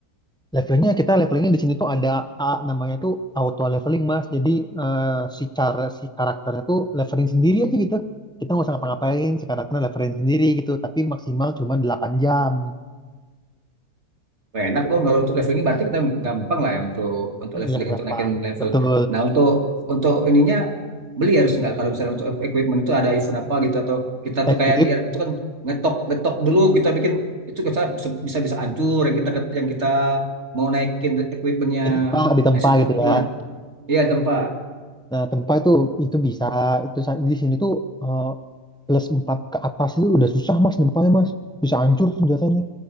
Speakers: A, in the centre; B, on the right.
A: Levelingnya kita levelingnya di sini tuh ada A namanya tuh auto leveling mas. Jadi eh, si cara si karakternya tuh leveling sendiri aja gitu. Kita nggak usah ngapa-ngapain, si karakternya leveling sendiri gitu. Tapi maksimal cuma delapan jam.
B: Wah, enak dong kalau untuk levelingnya berarti kita gampang lah ya untuk untuk leveling
A: Iya gampang,
B: untuk naikin level.
A: betul.
B: Nah untuk untuk ininya beli harus nggak kalau misalnya untuk e-, equipment itu ada event apa gitu atau kita tuh
A: Equip
B: kayak di itu kan ngetok ngetok dulu kita bikin itu bisa bisa bisa hancur yang kita yang kita mau naikin equipmentnya.
A: ditempa ditempa
B: Nah itu
A: gitu
B: gimana?
A: ya.
B: Iya tempat.
A: Nah tempa itu itu bisa itu sa- di sini tuh eh, plus 4 ke atas itu udah susah mas nempanya mas. Bisa hancur senjatanya.